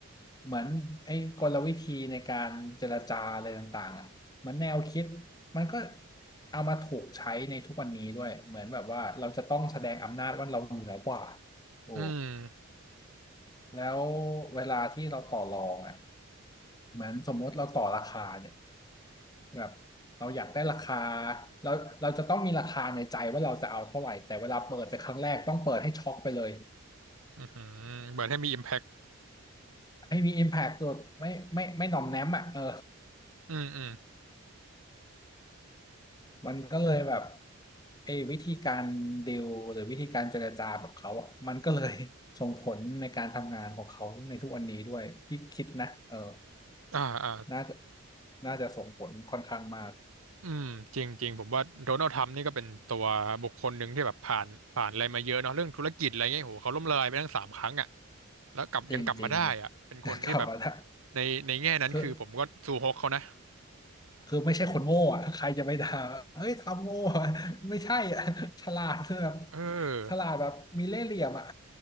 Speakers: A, on the left; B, on the right.
A: เหมือนไอ้กลวิธีในการเจรจาอะไรต่างๆอ่ะเหมือนแนวคิดมันก็เอามาถูกใช้ในทุกวันนี้ด้วยเหมือนแบบว่าเราจะต้องแสดงอำนาจว่าเราเหนือกว่าโอ้
B: อืม
A: แล้วเวลาที่เราต่อรองอ่ะเหมือนสมมติเราต่อราคาเนี่ย แบบเราอยากได้ราคาเราเราจะต้องมีราคาในใจว่าเราจะเอาเท่าไหร่แต่เวลาเปิดไปครั้งแรกต้องเปิดให้ช็อกไปเลย
B: อือหือเหมือนให้มี impact
A: ให้มี impact ตัวไม่ไม่ไม่หน่อมแนมอ่ะเออ
B: อืมอืม
A: มันก็เลยแบบเออวิธีการดีลหรือวิธีการเจรจาแบบเขาอ่ะมันก็เลยส่งผลในการทำงานของเขาในทุกวันนี้ด้วยพี่คิดนะเออ
B: อ่าอ่า
A: น่าจะน่าจะส่งผลค่อนข้างมาก
B: อืมจริงจริงผมว่าโดนัลด์ทรัมป์นี่ก็เป็นตัวบุคคลหนึ่งที่แบบผ่านผ่านอะไรมาเยอะเนาะเรื่องธุรกิจอะไรเงี้ยโหเขาล้มละลายไปทั้งสามครั้งอ่ะแล้วกลับยังกลับมาได้อ่ะเป็นคนที่แบบ
A: จริงๆ <laughs> กลับ <laughs> มาได้
B: ในในแง่นั้นคือผมก็ซูฮกเขานะ
A: คือ คือไม่ใช่คนโง่อะใครจะไปด่าเฮ้ยทำโง่อะไม่ใช่อะฉลาดคือแบบ
B: เออ
A: ฉลาดแบบมีเล่ห์เหลี่ยมอ่ะ